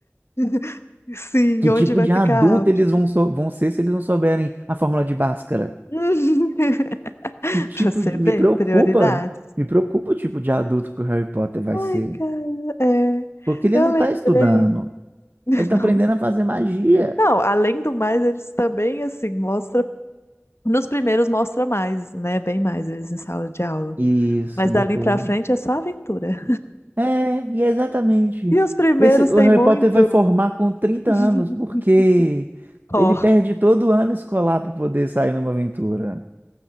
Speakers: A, on the left; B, on the right.
A: <laughs> Sim,
B: que
A: onde
B: tipo
A: vai
B: de
A: ficar
B: adulto
A: a álgebra?
B: eles vão, so- vão ser se eles não souberem a fórmula de Bhaskara?
A: Uhum. <laughs>
B: que tipo
A: Pra você
B: de. Me
A: ver,
B: preocupa,
A: prioridades.
B: me preocupa o tipo de adulto que o Harry Potter vai
A: Ai,
B: ser.
A: cara, é.
B: Porque ele
A: Eu
B: não
A: lembrei.
B: tá estudando.
A: <laughs>
B: Ele tá aprendendo
A: Não,
B: a fazer magia.
A: não, além do mais, eles também, assim, mostra. Nos primeiros mostra mais, né? Bem mais eles em sala de aula.
B: Isso,
A: Mas
B: depois.
A: dali pra frente é só aventura.
B: É, e é exatamente.
A: E os primeiros
B: Esse, o
A: tem
B: Harry
A: muito.
B: Potter vai formar com 30
A: <laughs>
B: anos, porque
A: Ó.
B: ele perde todo ano escolar para poder sair numa aventura.